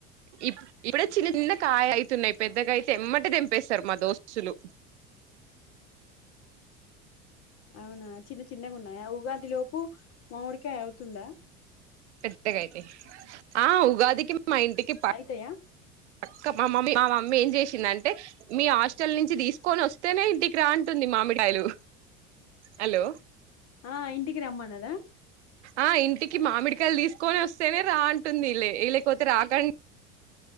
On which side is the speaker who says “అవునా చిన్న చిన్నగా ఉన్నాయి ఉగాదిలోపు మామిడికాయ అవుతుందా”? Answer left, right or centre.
Left